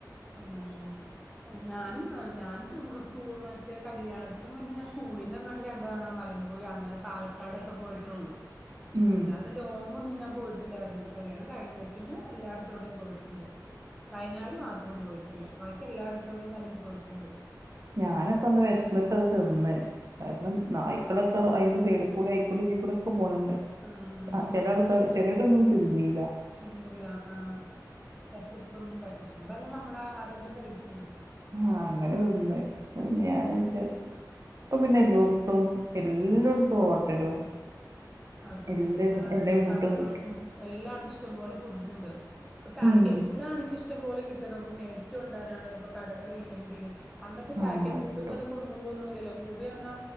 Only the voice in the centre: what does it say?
ആ ഹ ഞാനും ഞാനും സ് മറ്റേ കല്യാണത്തിനന് മുന്നേ ഞാൻ സ്കൂളിൽ നിന്നങ്ങാട്ടി രണ്ട തണ മലമ്പുഴ അങ്ങനെ പാലക്കാടൊക്കെ പോയിട്ടുള്ളൂ
അല്ലാതെ ലോങ്ങ ഒന്നും ഞാൻ പോയിട്ടില്ല കല്യാണം കഴിഞ്ഞട്ടന് എല്ലായിടത്തോടെയും പോയിട്ടുണ്ട് വയനാട് മാത്രം അത്രം പോയിട്ടില്ല ബാക്കി എല്ലായിടത്തോടെയും തന്നെ പോയിട്ടുണ്ട്
ആഹ
പിന്നില്ല ആ വിശപ്പും വിശക്കും അല്ല നമ്മള ആരായാലും കഴിക്കും
അതെ
എന്ത അവിടു
കടകളും
എല്ലായിടും ഇഷ്ടപോലെ ഫുഡ് ഉണ്ട് ഇപ്പ പാക്കറ്റ്
ഫുഡ് ആണെങ്ക ഇഷ്ടംപോലെ കിട്ടും നമക്ക് മേടിച്ചു കൊണ്ട് പോകാലോ കടകളില്ലെൻ ങ്കിലും അന്നക്കെ
പാക്കറ്റ്
ഫുഡ്‌
ഇങ്ങനെ കൊണ്ടുപോകൊന്നല്ലോ കൂടി വന്ന